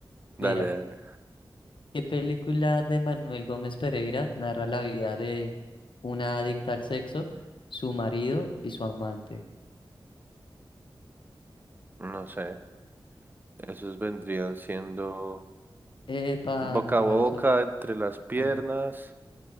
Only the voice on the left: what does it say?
Mira,
¿qué película de Manuel Gómez Pereira narra la vida de una adicta al sexo, su marido y su amante?
Epa,
nos dejaron
solo.
Ah, no.